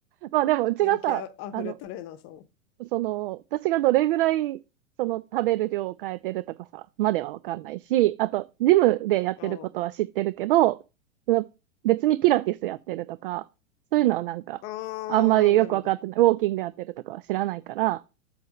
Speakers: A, on the right; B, on the left.
A: まあでも、うちがさ、
B: やる気あふれトレーナーさんを。
A: あの、その、私がどれぐらい、その食べる量を変えてるとかさ、まではわかんないし、あと、ジムでやってることは知ってるけど、
B: あ
A: その別にピラティスやってるとか、そういうのはなんか、
B: あ、
A: あんまりよくわかってない、
B: あーなるほど。
A: ウォーキングやってるとかは知らないから、